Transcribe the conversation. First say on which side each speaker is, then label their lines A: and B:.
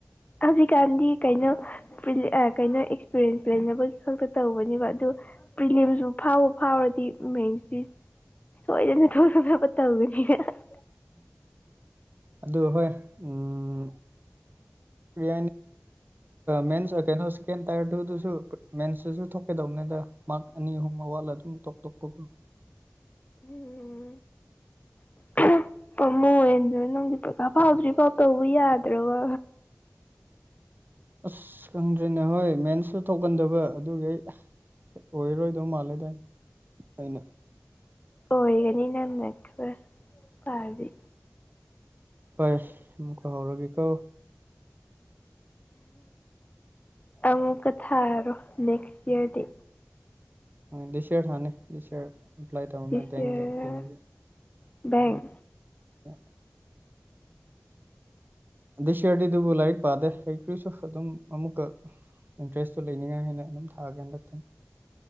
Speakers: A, on the left (about 30°); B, on the right (about 40°).
A: ꯍꯧꯖꯤꯛꯀꯥꯟꯗꯤ ꯀꯩꯅꯣ ꯀꯩꯅꯣ ꯑꯦꯛꯁꯄꯤꯔꯤꯌꯦꯟꯁ ꯂꯩꯅꯕꯒꯤ ꯈꯛꯇ ꯇꯧꯕꯅꯦꯕ ꯑꯗꯨ ꯄ꯭ꯔꯤꯂꯤꯌꯝꯁꯨ ꯐꯥꯎꯕ ꯐꯥꯎꯔꯗꯤ ꯃꯦꯟꯁꯤꯗꯤ ꯁꯣꯏꯗꯅ ꯊꯣꯛꯂꯛꯅꯕ ꯇꯧꯗꯨꯅꯤꯅ <unintelligible>
B: ꯑꯗꯨ ꯍꯣꯏ ꯎꯝ ꯀꯩ ꯀꯩꯅꯣ <unintelligible> ꯇꯁꯨ ꯃꯦꯟꯁꯇꯁꯨ ꯊꯣꯛꯀꯗꯧꯕꯅꯤꯗ ꯃꯥꯛ ꯑꯅꯤ ꯑꯍꯨꯝ ꯑꯋꯥꯠꯂ ꯑꯗꯨꯝ ꯇꯣꯞ ꯇꯣꯞꯄꯒꯨꯝ
A: ꯎꯝ ꯄꯃꯨ <unintelligible> ꯍꯦꯟꯗ ꯅꯪꯗꯤ ꯄꯩꯀꯥ ꯐꯥꯎꯗ꯭ꯔꯤ ꯄ ꯇꯧꯕ ꯌꯥꯗ꯭ꯔꯣꯕ
B: ꯑꯁ ꯈꯪꯗ꯭ꯔꯦꯅꯦ ꯍꯣꯏ ꯃꯦꯟꯁꯁꯨ ꯊꯣꯛꯀꯟꯗꯕ ꯑꯗꯨꯒꯤ ꯑꯩ ꯑꯣꯏꯔꯔꯣꯏꯗꯧ ꯃꯥꯜꯂꯦꯗ ꯑꯩꯅ
A: ꯑꯣꯏꯒꯅꯤ ꯅꯪꯅ ꯈꯔꯥ ꯄꯥꯔꯗꯤ
B: ꯍꯣꯏ ꯑꯃꯨꯛꯀ ꯍꯧꯔꯒꯦꯀꯣ
A: ꯑꯃꯨꯛꯀ ꯊꯥꯔꯣ ꯅꯦꯛꯁ ꯏꯌꯥꯔꯗꯤ
B: ꯗꯤꯁꯔ ꯍꯅꯦ ꯗꯤꯔ꯭ꯂꯥꯏ ꯇ <unintelligible>
A: ꯗꯤꯁ ꯏꯌꯔ ꯕꯦꯡ
B: ꯑ <unintelligible> ꯑꯗꯩ ꯁꯤꯔꯗꯤ <unintelligible> ꯑꯗꯨꯕꯨ ꯂꯥꯏꯔꯤꯛ ꯄꯥꯗꯦ ꯍꯩꯈ꯭ꯔꯤꯁꯨ ꯑꯗꯨꯝ ꯑꯃꯨꯛꯀ ꯏꯟꯇꯔꯦꯁꯇꯨ ꯂꯩꯅꯤꯡꯅꯤꯉꯥꯏ ꯍꯥꯏꯅ ꯑꯗꯨꯝ ꯊꯥꯒꯦ ꯍꯟꯗꯛꯇꯤ